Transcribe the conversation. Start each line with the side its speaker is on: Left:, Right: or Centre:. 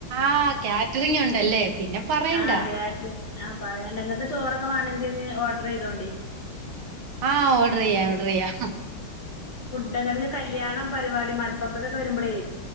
Right: ആഹ്കാറ്ററിങ് ഉണ്ടല്ലേ പിന്നെ പറയണ്ടാ
Left: ആഹ് കാറ്ററിംഗ് ആഹ് പറയണ്ട നിങ്ങൾക്ക് ചോറൊക്കെ വേണമെങ്കിൽ ഓർഡർ ചെയ്തോണ്ടി
Right: ആഹ് ഓഡർ ചെയ്യാം ഓർഡർ ചെയ്യാം
Left: ണെങ്കിൽ കല്യാണം പരിപാടി മലപ്പുറത്തക്കൊക്കെ വരുമ്പോളേ